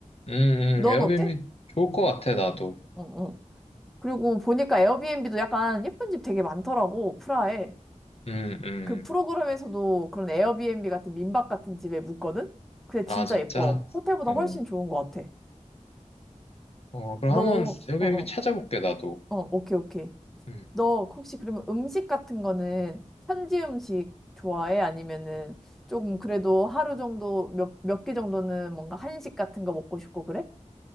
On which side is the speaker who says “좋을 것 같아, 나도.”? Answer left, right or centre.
Left